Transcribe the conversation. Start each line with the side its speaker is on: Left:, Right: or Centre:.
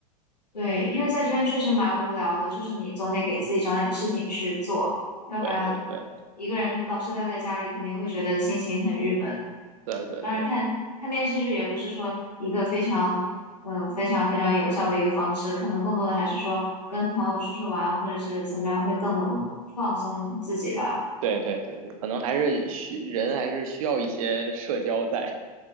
Left: 对，因为在这边确实蛮无聊的，
Right: 嗯，
Left: 就是你总得给自己找点事情去做，要不然
Right: 对对对
Left: 一个人老是待在家里，肯定会觉得心情很郁闷。
Right: 对对对，
Left: 当然看看电视剧也不是说一个非常嗯非常非常有效的一个方式，可能更多的还是说跟朋友出去玩或者是怎么样会更能放松自己吧。
Right: 嗯，对对对对，可能还是需人还是需要一些社交在